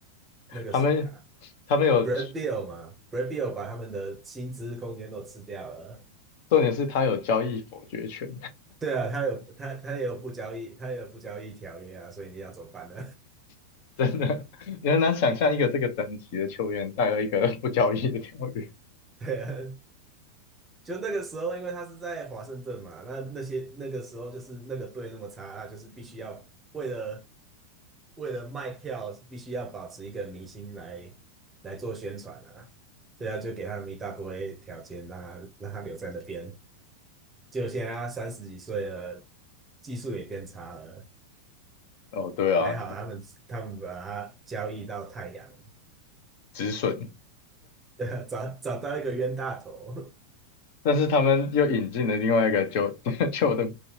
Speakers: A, on the right (about 15°); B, on the left (about 50°).
A: 那个谁啊
B: 他们他们有，
A: ，Brad b i l l 嘛，Brad b i l l 把他们的薪资空间都吃掉了。
B: 重点是他有交易否决权，
A: 对啊，他有他他也有不交易，他也有不交易条约啊，所以你要怎么办呢？
B: <laughs> 真的，你很难想象一个这个等级的球员带了一个不交易的条约。
A: <laughs> 对啊，就那个时候，因为他是在华盛顿嘛，那那些那个时候就是那个队那么差，那就是必须要为了为了卖票，必须要保持一个明星来来做宣传啊，这样就给他们一大堆条件，让他让他留在那边。就现在他三十几岁了，技术也变差了，
B: 哦，对啊，
A: 还好他们他们把他交易到太阳，
B: 止损，
A: <laughs> 找找到一个冤大头，
B: 但是他们又引进了另外一个 Jo- <laughs> j o r d